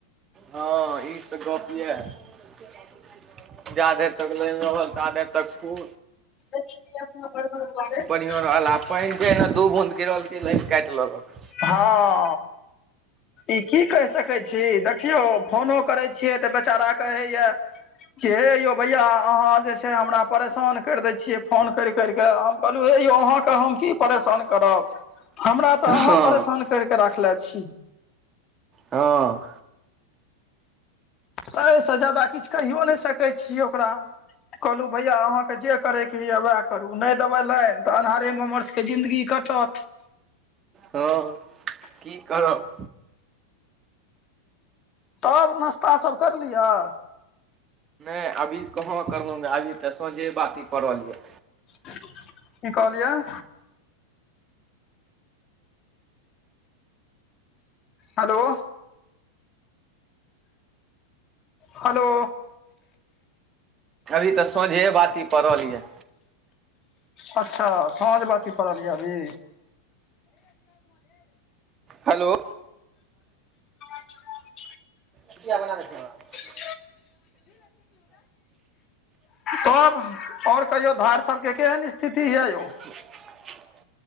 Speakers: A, on the right (about 25°); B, on the left (about 30°).
A: हँ। ई से गपे इयाह जाधैर तकलो इम्हर ताधैर तक पू
B: <inaudible>
A: बढ़ियां रहल आ <unintelligible> पाइन पने दू बूंद गिरल की लाइन काइट लेलक।
B: हँ अ। इ की कहि सकै छी, देखियौ फोनो करै छियै त बेचारा कहैये जे हे यौ भइया अहाँ जे छै हमरा परेशान कैर दै छियै फोन करि करिके हम कहलौं हे यौ अहाँ क हम की परेशान करब। हमरा तऽ
A: हँ
B: अहाँ परेशान करिके राखले छी।
A: हँ।
B: त अइसे जादा किछ कहियो नै सकै छिय ओकरा। कहलूं भैया अहाँके जे करैके हिये वेएह करू नै देबै लाइन त अन्हारे मे मर जिन्दगी कटत।
A: हॅंह। की करब।
B: तब नश्ता सब करलियऽ?
A: नै अभी कहाँ करलो ह अभी त साँझे बाती परल य‌ऽ।
B: की कहलियइ? हलो हलो,
A: अभी त साँझे बाती पड़ल येए।
B: अच्छा साँझ बाती परल ये अभी।
A: हेलो
B: <inaudible>
A: <inaudible>
B: <inaudible> तब और कहियौ धार सब के केहेन स्थिति येए यौ?
A: <inaudible>